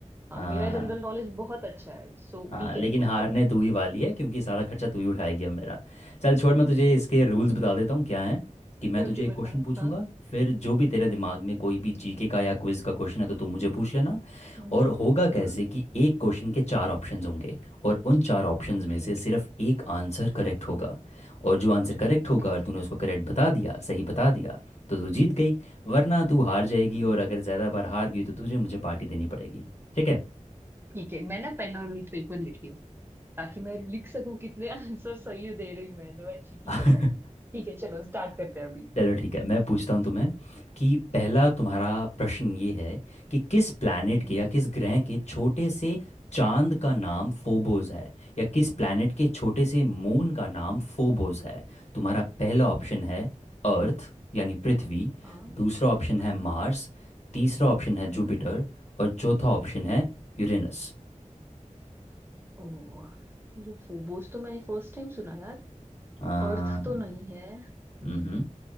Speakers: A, on the right (about 15°); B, on the left (about 60°).
A: हाँ
B: हाँ
A: मेरा जनरल नॉलेज बहुत अच्छा है so
B: हाँ
A: be careful
B: लेकिन हारने
A: Okay
B: तू ही वाली है क्योंकि सारा खर्चा तू ही उठाएगी अब मेरा चल छोड़ मैं तुझे इसके रूल्स बता देता हूँ क्या है कि मैं तुझे
A: okay
B: एक
A: बता
B: क्वेश्चन पूछूंगा
A: हाँ
B: फिर जो भी तेरे दिमाग में कोई भी जीके का या क्विज का क्वेश्चन है तो तू मुझे पूछ लेना
A: हम्म
B: और होगा कैसे
A: हम्म
B: कि एक क्वेश्चन के चार ऑप्शंस होंगे और उन चार ऑप्शंस
A: ओके
B: में से सिर्फ एक आंसर करेक्ट होगा और जो आंसर करेक्ट
A: ओके
B: होगा और तूने उसको करेक्ट बता दिया सही बता दिया तो तू जीत गई वरना
A: हम्म
B: तू हार जाएगी
A: ओके
B: और अगर ज़्यादा बार हार गई तो तुझे मुझे पार्टी देनी पड़ेगी ठीक
A: ठीक है मैं ना पेन और पेपर लेती हूँ ताकि मैं लिख सकूं कितने आंसर सही दे रही हूँ मैं अदरवाइज चीटिंग हो
B: है
A: जाएगी
B: <laughs>
A: ठीक है चलो स्टार्ट करते हैं अभी
B: चलो ठीक है मैं पूछता हूँ तुम्हें कि पहला तुम्हारा प्रश्न ये है कि किस प्लैनेट
A: हम्म,
B: के या किस ग्रह के छोटे से चांद का नाम फोबोस है या किस प्लैनेट के छोटे से मून का नाम फोबोस है तुम्हारा पहला ऑप्शन
A: ओके
B: है अर्थ यानी पृथ्वी
A: हाँ
B: दूसरा ऑप्शन
A: हम्म
B: है मार्स तीसरा ऑप्शन है
A: हम्म
B: जुपिटर और चौथा ऑप्शन है यूरेनस
A: ओ ये फोबोस तो मैंने फर्स्ट टाइम सुना यार
B: आ,
A: अर्थ तो नहीं है हम्म
B: हम्म